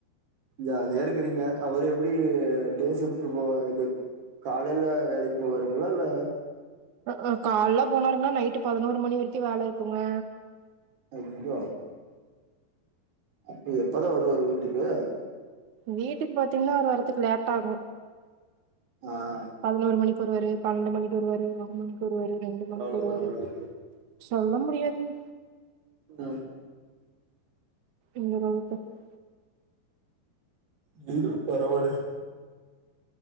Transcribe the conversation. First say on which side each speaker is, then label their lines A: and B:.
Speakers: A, on the right; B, on the right.
A: ஜாலியா இருக்குறீங்க அவரு எப்டி டே ஷிப்ட்டு போவா இது காலைல வேலைக்கு போவாருங்களா இல்ல
B: ம் கால்ல போனாருங்கன்னா நைட்டு பதினோரு மணி வரிக்கோ வேல இருக்குங்க
A: ஐய்யோ அப்போ எப்பதா வருவாரு வீட்டுக்கு
B: வீட்டுக்கு பாத்தீங்கன்னா அவரு வர்த்துக்கு லேட் ஆகோ
A: அ
B: பதினோரு மணிக்கு வருவாரு பன்னெண்டு மணிக்கு வருவாரு ஒரு மணிக்கு வருவாரு ரெண்டு
A: பரவால்ல
B: மணிக்கு வருவாரு
A: பரவால்ல
B: சொல்ல முடியாதுங்க
A: உம்
B: இந்த காலத்து அப்புடி
A: நீடு பரவாலே